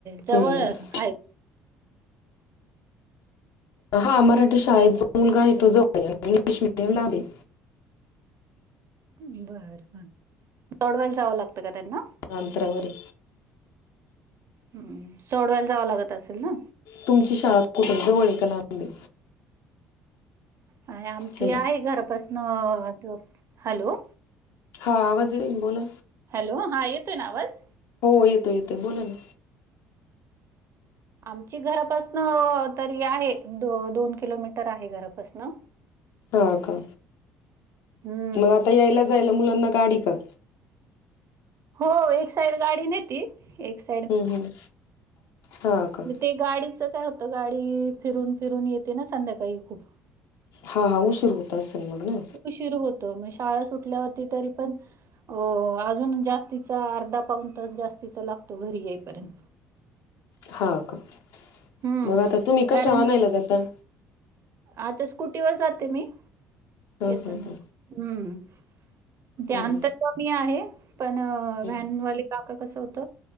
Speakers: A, on the right; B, on the left.
A: जवळ
B: हम्म.
A: आहेत.
B: हा मराठी शाळेत जो मुलगा आहे तो ज <inaudible> इंग्लिश मीडियम मध्ये.
A: बर बर जोडवा यला जावं लागतं का त्यांना.
B: अंतरावर वर.
A: हम् सोडवायला जावं लागत असेल ना.
B: तुमची शाळा कुठे जवळ आहे का लांबे.
A: हाय आमची
B: हॅलो
A: आहे घरापासून थो हॅलो.
B: हा आवाज येईल बोला.
A: हॅलो! हा येतो आहे ना आवाज?
B: हो येतो येतोय बोला ना.
A: आमची घरापासन तरी आहे द दोन किलोमीटर आहे घरापासन.
B: हा का
A: हम्म.
B: मग आता यायला जायला मुलांना गाडी का.
A: हो एक साइड गाडी नेती एक सा ''--''
B: हम्म हम् हा का,
A: मग ते गाडीचं काय होतं गाडी फिरून फिरून येते ना संध्याकाळी खूप.
B: हा हा, उसर होत असेल मग ना.
A: शिरू होतो म शाळा सुटल्यावरती तरी पण हो हो अजून जास्तीचा अर्धा पाऊन तास जास्तीचा लागतो घरी येईपर्यंत.
B: हा का
A: हम्म
B: मग आता तुम्ही कशा
A: कारण
B: वानायला जाता.
A: आता स्कुटीवर जाते मी
B: हा
A: येताना
B: हा हा
A: मग हम्म. ते <unintelligible> ध्यान
B: हम्म,
A: तर क मी आहे पण
B: हम्म,
A: व्हॅनवाले
B: हम्म,
A: काका कसं होत.